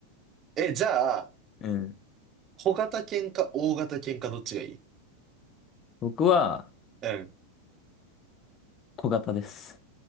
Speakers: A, on the right; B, on the left.
A: え、じゃあ、
B: うん。
A: 小型犬か大型犬かどっちがいい
B: 僕は、
A: うん。
B: 小型です。